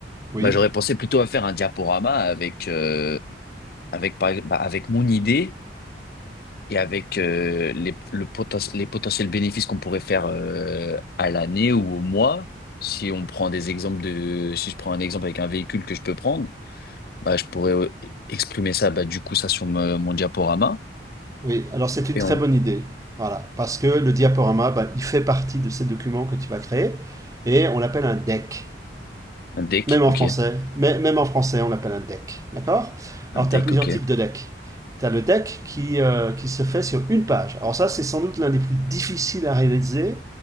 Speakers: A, on the right (about 20°); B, on the left (about 55°).
A: Oui.
B: Bah, j'aurais pensé plutôt à faire un diaporama avec, euh, avec, par bah, avec mon idée et avec euh, les, le poten- les potentiels bénéfices qu'on pourrait faire euh, à l'année ou au mois. Si on prend des exemples de, si je prends un exemple avec un véhicule que je peux prendre, bah, je pourrais euh, exprimer ça, bah, du coup, ça sur me- mon diaporama.
A: Oui, alors c'est une
B: Et
A: très
B: on,
A: bonne idée. Voilà, parce que le diaporama, ben, il fait partie de ces documents que tu vas créer et on l'appelle un deck.
B: un deck,
A: Même
B: ok.
A: en français, mais- même en français, on l'appelle un deck. D'accord?
B: Un
A: Alors,
B: deck,
A: tu as plusieurs
B: ok.
A: types de decks. Tu as le deck qui, euh, qui se fait sur une page. Alors, ça, c'est sans doute l'un des plus difficiles à réaliser